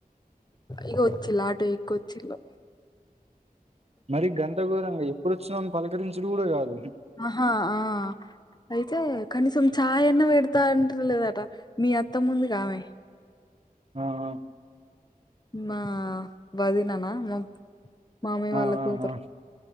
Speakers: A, on the left (about 30°); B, on the right (about 45°).
A: ఇగ వొచ్చిల్లు ఆటో ఎక్కి వొచ్చిల్లు
B: మరీ గంత ఘోరంగా ఎప్పుడొచ్చినావ్ అని పలకరించుడు కూడా కాదు
A: ఆహా ఆ అయితే కనీసం చాయ్ అన్నా పెడతా అంటలేదట మీ అత్తమ్మ ఉందిగా ఆమె
B: ఆ ఆ
A: మా వదిననా మొ మామయ్య
B: ఆ
A: వాళ్ళ కూతురు
B: ఆ ఆ